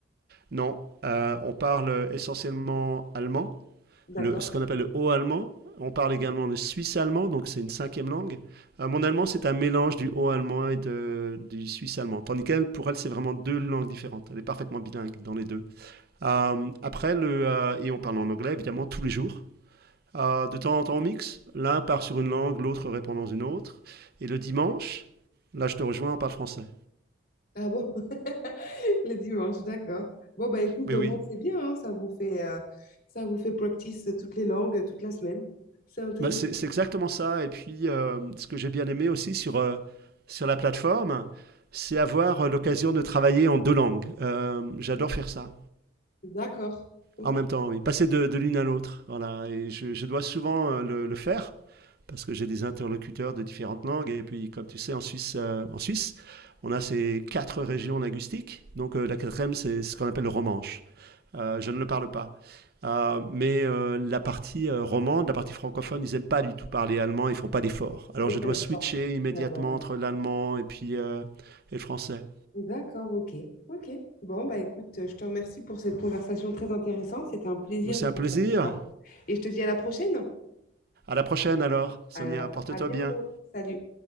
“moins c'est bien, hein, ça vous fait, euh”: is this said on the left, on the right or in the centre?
Left